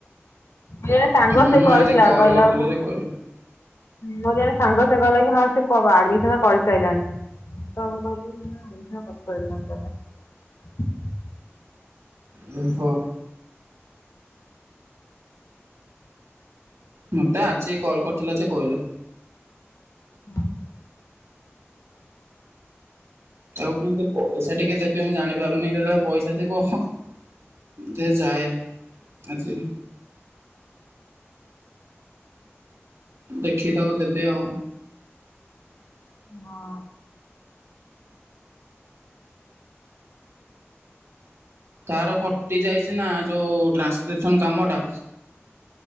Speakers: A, on the left; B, on the right.
A: ହେ ସାଙ୍ଗ
B: ହୁଁ
A: ସେ କହିଥିଲା
B: ଆଜି କଲ୍
A: କହିଲା
B: କରିଥିଲୁ
A: ମୁଁ
B: ଯେ କହିଲା
A: ମୋରି ଜଣେ ସାଙ୍ଗ ସେବା ଲାଗି ହଁ। ସେ କରୁ ଆଡମିନ କରିସାରିଲାଣି ତ ମୁଁ କହିଲି <unintelligible> <unintelligible>
B: ଡିମ୍ଫ ମତେ ଆଜି କଲ କରିଥିଲା ଯେ କହିଲା।
A: ଓ ହୋ।
B: ଆଉ କିନ୍ତୁ ପଇସା ଟିକେ ଦେବେ ମୁଁ ଜାଣି ପାରୁନି ଯେତେବେଳେ ପଇସା ଥିବ ହଁ। ଯେ ଯାଏ ଆଜି। ଦେଖି ତାକୁ ଦେବି ଆଉ।
A: ହଁ।
B: ତାର କଟି ଯାଇଛି ନା ଯୋଉ ଟ୍ରାନ୍ସକ୍ରିପସନ କାମ ଟା।